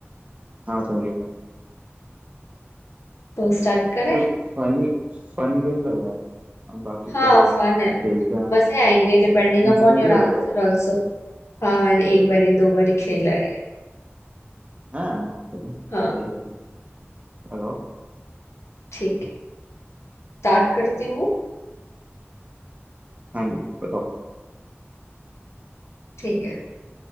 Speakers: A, on the right; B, on the left.
A: हाँ समझ गया समझ-
B: तो स्टार्ट करें
A: मतलब फनी फन गेम लग रहा है अब बाकी
B: हाँ
A: तो
B: फन है
A: खेलते हैं
B: मजे आएंगे depending
A: तुम
B: upon
A: खेली
B: your
A: होगा
B: answer
A: पहले
B: also हाँ मैंने एक बारी दो बारी खेला है
A: हाँ चलो
B: हाँ
A: बढ़िया होगा लगाओ
B: ठीक है स्टार्ट करती हूँ
A: हाँ जी बताओ
B: ठीक है